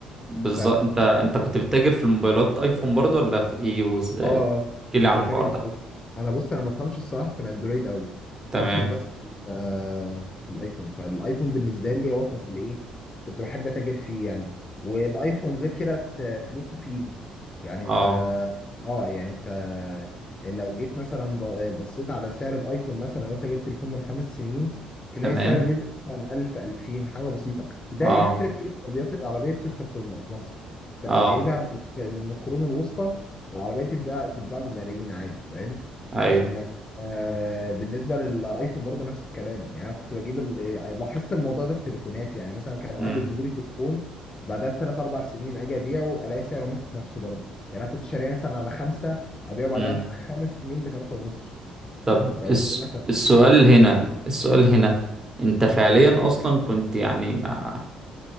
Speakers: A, on the right; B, on the left.
A: بالظبط
B: ف
A: انت انت كنت بتتاجر في الموبايلات ايفون برضه ولا في ايه وازاي
B: اه اه
A: احكي لي
B: كنت
A: عن
B: بتاجر
A: الحوار ده
B: في الايفون انا بص انا ما بفهمش الصراحه في الاندرويد قوي
A: تمام
B: بفهم بس آه في الايفون فالايفون بالنسبه لي هو كان اللي ايه كنت بحب اتاجر فيه يعني والايفون غير كده ت- فلوسه فيه يعني
A: اه
B: انت اه يعني انت لو جيت مثلا ب- بصيت على سعر الايفون مثلا لو انت جبت تليفون من خمس سنين تلاقي
A: تمام
B: سعره نزل مثلا 1000 2000 حاجه بسيطه زي
A: اه
B: فكره كده عربيات عربيه تويوتا كورولا في مصر انت
A: اه
B: لو جايبها من القرون الوسطى العربيه تتباع تتباع بملايين عادي فاهم
A: ايوه
B: لكن آه بالنسبه للايفون برضه نفس الكلام يعني انا كنت بجيب ال- لاحظت الموضوع ده في تليفوناتي يعني مثلا كانوا
A: امم
B: اهلي يجيبوا لي تليفون بعدها بثلاث اربع سنين اجي ابيعه الاقي سعره ماسك نفسه برضه يعني انا كنت شاريه مثلا على خمسه ابيعه بعدها
A: امم
B: بخمس سنين بثلاثه ونص
A: طب
B: لو
A: الس...
B: مثلا
A: السؤال
B: هي دي الحاجه
A: هنا السؤال هنا
B: اه
A: انت فعليا اصلا كنت يعني مع...